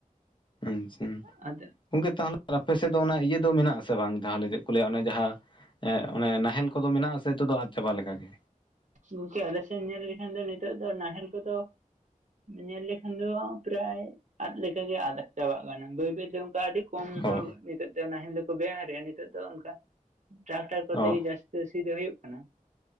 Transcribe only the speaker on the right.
ᱟᱫᱚ
ᱜᱚᱝᱠᱮ ᱟᱞᱮ ᱥᱮᱫ ᱧᱮᱞ ᱞᱮᱠᱷᱟᱱ ᱫᱚ ᱱᱤᱛᱚᱜ ᱫᱚ ᱱᱟᱦᱮᱞ ᱠᱚᱫᱚ ᱧᱮᱞ ᱞᱮᱠᱷᱟᱱ ᱫᱚ ᱯᱨᱟᱭ ᱟᱫ ᱞᱮᱠᱟ ᱜᱮ ᱟᱫ ᱪᱟᱵᱟᱜ ᱠᱟᱱᱟ, ᱵᱟᱹᱭ ᱵᱟᱹᱭᱛᱮ ᱚᱱᱠᱟ ᱟᱹᱰᱤ ᱠᱚᱢ ᱦᱚᱲ
ᱱᱤᱛ ᱱᱤᱛᱚᱜ ᱫᱚ ᱱᱟᱦᱮᱞ ᱫᱚ ᱠᱚ ᱵᱮᱣᱟᱨᱮᱜᱼᱟ ᱱᱤᱛᱚᱜ ᱫᱚ ᱚᱱᱠᱟ ᱴᱨᱟᱠᱴᱟᱨ ᱠᱚᱛᱮ
ᱜᱮ ᱡᱟᱹᱥᱛᱤ ᱥᱤ ᱫᱚ ᱦᱩᱭᱩᱜ ᱠᱟᱱᱟ ᱾